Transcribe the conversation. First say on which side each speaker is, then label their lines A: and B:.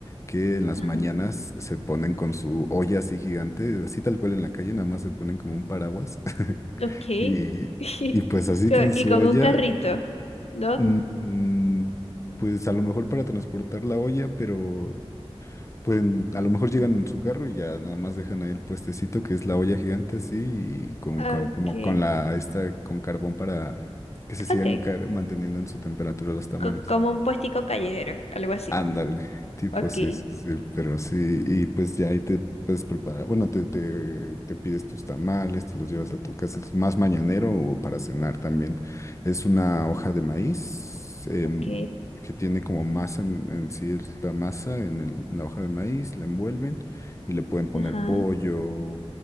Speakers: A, on the left; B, on the left.
A: que en las
B: Ajá.
A: mañanas se ponen con su olla así gigante, así tal cual en la calle, nada más se ponen como un paraguas <laughs>
B: Ok.
A: y,
B: <laughs>
A: y pues así
B: Co-
A: tienen
B: Y
A: su
B: con
A: olla
B: un carrito, ¿no?
A: Mm, pues a lo mejor para transportar la olla, pero pueden, a lo mejor llegan en su carro y ya nada más dejan ahí el puestecito que es la olla gigante así y con,
B: Ok.
A: con- como con la esta con carbón para que se sigan
B: Ok.
A: car- manteniendo en su temperatura los tamales.
B: Co- como un puestico callejero, algo así.
A: Ándale, tipo
B: Ok.
A: sí, sí, sí, pero sí, y pues ya ahí te puedes preparar, bueno, te, te, te pides tus tamales, te los llevas a tu casa, es más mañanero o para cenar también. Es una hoja de maíz em,
B: Ok.
A: que tiene como masa en, en sí, es la masa en, el- en la hoja de maíz, la envuelven y le pueden poner
B: Ajá.
A: pollo,